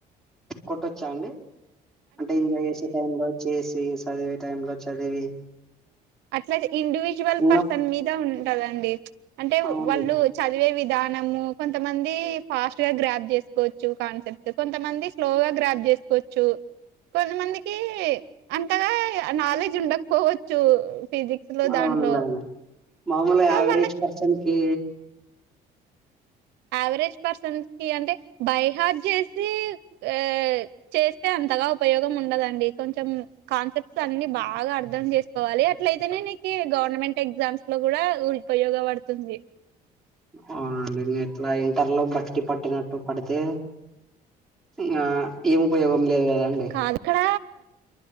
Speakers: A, in the centre; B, on the right.
A: కొట్టొచ్చా అండి అంటే చేసే టైం లో చేసే చదివే టైం లో చదివి
B: అటు సైడ్ ఇండివిజువల్
A: ఇంగ
B: పర్సన్ మీద ఉంటాదండి అంటే
A: అవును
B: వాళ్ళు చదివే విధానము కొంతమంది ఫాస్ట్ గా గ్రాప్ చేసుకోవచ్చు కాన్సెప్ట్ కొంతమంది స్లోగా గ్రాప్ చేసుకోవచ్చు కొంతమందికి అంతగా నాలెడ్జ్ ఉండకపోవచ్చు ఫిజిక్స్ లో
A: అవునులేండి
B: దాంట్లో
A: మామూలుగా
B: సో
A: యావరేజ్
B: వాళ్ళకి
A: పర్సన్ కి
B: యావరేజ్ పర్సన్స్ కి అంటే బైహార్ట్ చేసి ఆ చేస్తే అంతగా ఉపయోగం ఉండదండి కొంచెం కాన్సెప్ట్స్ అన్ని బాగా అర్థం చేసుకోవాలి అట్లయితేనే నీకి గవర్నమెంట్ ఎగ్జామ్స్ లో కూడా ఉపయోగపడుతుంది
A: అవునండి ఎట్లా ఇంటర్ లో బట్టి పట్టినట్టు పడితే ఇగ ఏం ఉపయోగం లేదు కదండి
B: కాదు ఇక్కడ